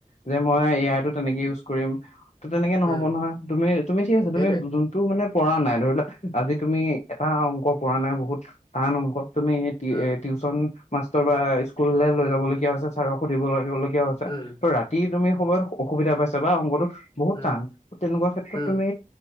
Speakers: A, on the left; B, on the left.
A: যে মই এ আই টো তেনেকে ইউজ কৰিম ত তেনেকে নহ'ব
B: উম,
A: নহয় তুমি তুমিঠিক আছে
B: সেইটোৱে
A: তুমি যোনটো মানে পৰা নাই ধৰিলোৱা আজি তুমি এটা অংক পৰা নাই বহুত টান অংক তুমি
B: উম,
A: টউশন মাষ্টৰ বা স্কুললৈ লৈ যাবলগীয়া হৈছে ছাৰক সুধিব লাগিব হৈছে
B: উম,
A: ত' ৰাতি তুমি সময়ত অসুবিধা পাইছে বা অংটোো বহুত
B: উম,
A: টান তেনেকুৱা ক্ষেত্ৰত
B: উম,
A: তুমি